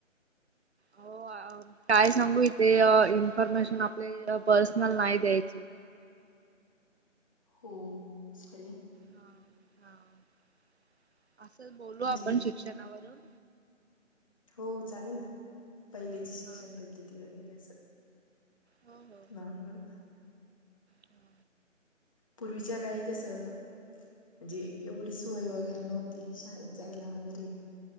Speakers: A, on the right; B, on the left.
A: अहो काय सांगू इथे इन्फॉर्मेशन आपली पर्सनल नाही द्यायची.
B: हो सॉरी हं.
A: हा हा असंच बोलू
B: म्हणजे
A: आपण शिक्षणावरून.
B: हो चालेल ना. पहिलेची शिक्षण
A: हा
B: पद्धती वगैरे असं.
A: हो हो
B: नॉर्मल.
A: हा
B: पूर्वीच्या काळी कसं म्हणजे एवढी सोय वगैरे नव्हती शाळेत जायला वगैरे.